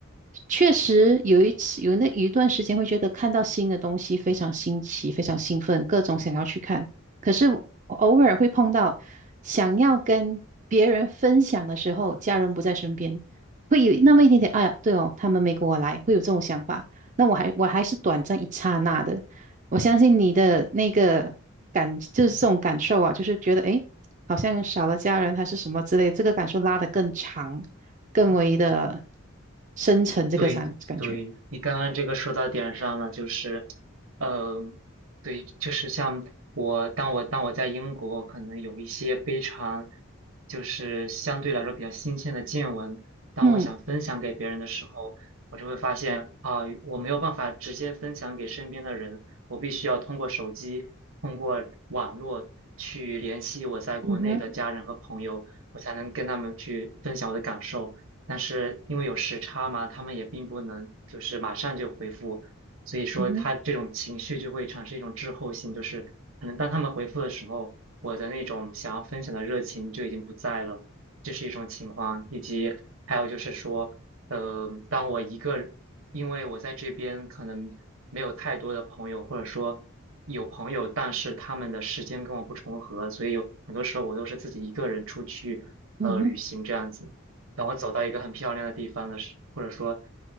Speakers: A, on the right; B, on the right.
A: 确实有一次有那有一段时间会觉得看到新的东西非常新奇，非常兴奋，各种想要去看。可是偶尔会碰到想要跟别人分享的时候，家人不在身边，会有那么一点点，哎呀，对哦，他们没跟我来，会有这种想法。那我还我还是短暂一刹那的，我相信你的那个感就是这种感受啊，就是觉得诶，好像少了家人还是什么之类，这个感受拉得更长，更为的。深沉这个感感觉。
B: 对对，你刚刚这个说到点上了，就是，嗯、对，就是像我，当我当我在英国，可能有一些非常，就是相对来说比较新鲜的见闻，当我想分享给别人的时候，
A: 嗯
B: 我就会发现啊、我没有办法直接分享给身边的人，我必须要通过手机，通过网络去联系我在国内的家人和朋友，
A: 嗯哼
B: 我才能跟他们去分享我的感受。但是因为有时差嘛，他们也并不能就是马上就回复，所以说他这种情绪就会产生一种滞后性，
A: 嗯哼
B: 就是可能当他们回复的时候，我的那种想要分享的热情就已经不在了，这是一种情况，以及还有就是说，呃，当我一个人因为我在这边可能没有太多的朋友，或者说有朋友，但是他们的时间跟我不重合，所以有很多时候我都是自己一个人出去，
A: 嗯哼
B: 呃，旅行这样子。当我走到一个很漂亮的地方的时，或者说，